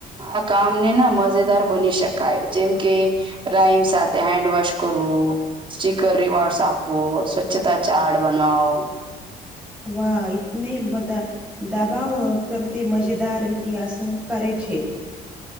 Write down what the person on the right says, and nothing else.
આ કામને ના મજેદાર બની શકાય જેમ કે રામ સાથે હેન્ડવોશ કરવું. સ્ટીકર રવાોર્ડસ આપો સ્વચ્છતા ચાર્ડ બનાવો.